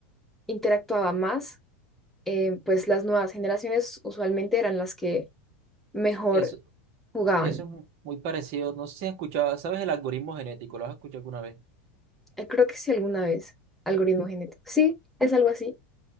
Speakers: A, in the centre; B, on the right.
A: interactuaba más, eh, pues las nuevas generaciones usualmente eran las que mejor
B: Eso,
A: jugaban.
B: eso es muy parecido. No sé si has escuchado, ¿sabes el algoritmo genético? ¿Lo has escuchado alguna vez?
A: Eh, Creo que sí alguna vez, algoritmo genético. Sí, es algo así,